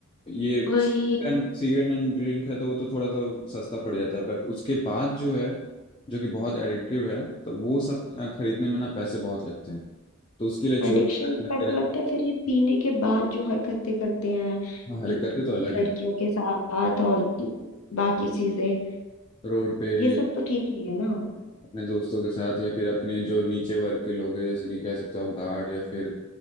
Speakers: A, on the left; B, on the left.
A: ये
B: वही
A: सिगरेट एंड ड्रिंक है तो वो तो थोड़ा सा सस्ता पड़ जाता है बट उसके बाद जो है जो कि बहुत एडिक्टिव है तो वो सब अ, खरीदने में ना पैसे बहुत लगते हैं तो उसके लिए चोरी
B: एडिक्शन
A: हरकतें
B: पे ऐसा लगता है फिर ये पीने के बाद जो हरकतें करते हैं
A: हाँ, हरकतें
B: ल-
A: तो अलग
B: लड़कियों
A: है
B: के साथ और बाकी चीजें
A: रोड पे
B: ये सब
A: ये
B: तो ठीक नहीं है ना
A: अपने दोस्तों के साथ या फिर अपने जो नीचे वर्ग के लोग हैं जैसे कि कह सकते हो आप गार्ड या फिर